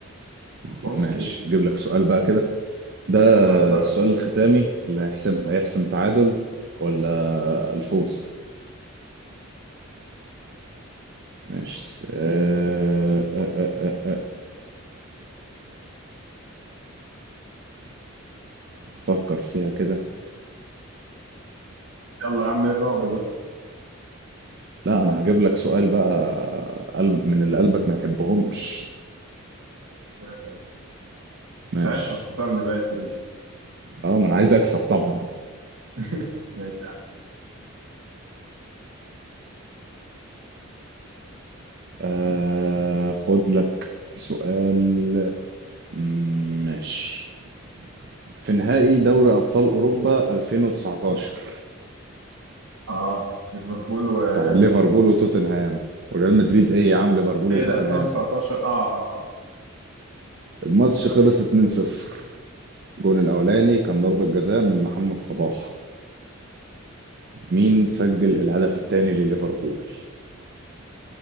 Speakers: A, on the right (about 50°); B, on the right (about 80°).
A: ماشي
B: أوكي
A: جيب لك سؤال بقى كده ده
B: آه، لا
A: السؤال الختامي اللي هيحسمها هيحسم تعادل ولا الفوز ماشي س- آه، آه، آه، آه. فكر فيها كده
B: يلا يا عم إيه الرعب ده؟
A: لا انا هجيب لك سؤال بقى قلب من اللي قلبك ما يحبهمش
B: <laughs> أنت
A: ماشي
B: عايز تخسرني بقى الطريق
A: اه ما انا عايز اكسب طبعا
B: <laughs> ماشي
A: آه خد لك سؤال مم، ماشي في نهائي دوري ابطال اوروبا 2019
B: اه ليفربول وريال
A: بتاع ليفربول
B: مدريد
A: وتوتنهام وريال مدريد ايه يا عم ليفربول
B: ايه
A: وتوتنهام
B: ده 2019 اه اه
A: الماتش خلص 2-0 الجون الاولاني كان ضربة جزاء من محمد صلاح مين سجل الهدف الثاني لليفربول